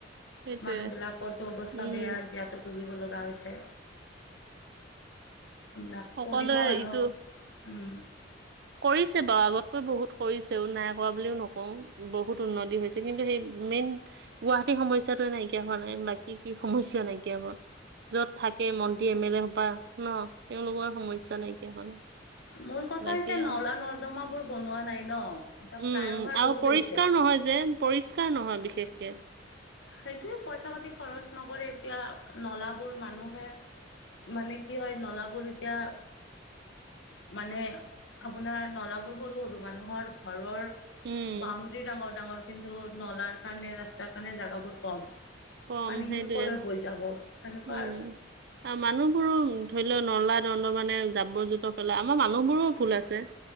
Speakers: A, on the right; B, on the left.
A: সেইটোৱে
B: মানুহ বিলাকৰটো অৱস্থা
A: উম
B: বেয়া, যিহেতু ভুগিব লগা হৈছে। না,
A: সকলোৱে
B: কৰি খোৱা মানুহৰ
A: ইটো
B: উম।
A: কৰিছে বাৰু, আগতকৈ বহুত কৰিছেও নাই কৰা বুলিও নকওঁ, বহুত উন্নতি হৈছে কিন্তু, সেই মেইন গুৱাহাটীৰ সমস্যাটোৱে নাইকিয়া হোৱা নাই, বাকী কি সমস্যা নাইকিয়া হ'ব। য'ত থাকে মন্ত্ৰী এম এল এ সোপা ন', তেওঁলোকৰ সমস্যা নাইকিয়া হোৱা নাই।
B: মূল কথা
A: বাকী
B: হৈছে
A: আৰু
B: নলা নৰ্দমাবোৰ বনোৱা নাই ন'। এতিয়া ফ্লাই
A: উম, উম,
B: অভাৰ
A: আৰু
B: বহুত
A: পৰিষ্কাৰ
B: হৈছে।
A: নহয় যে, পৰিষ্কাৰ নহয় বিশেষকে।
B: সেইটোৱে পইচা পাতি খৰচ নকৰে, এতিয়া নলাবোৰ মানুহে মানে কি হয়, নলাবোৰ এতিয়া মানে আপোনাৰ, নলাবোৰ সৰু, সৰু মানুহৰ ঘৰৰ
A: উম
B: বাউণ্ডৰী ডাঙৰ ডাঙৰ কিন্তু নলাৰ কাৰণে ৰাস্তাৰ কাৰণে জাগাবোৰ কম।
A: কম
B: পানীখিনি
A: সেইটোৱে
B: কলৈ বৈ যাব। সেনেকুৱা
A: উম।
B: আৰু।
A: মানুহবোৰো ধৰি ল নলা নৰ্দমাতে মানে জাবৰ জোঁথৰ পেলাই আমাৰ মানুহবোৰো ভুল আছে।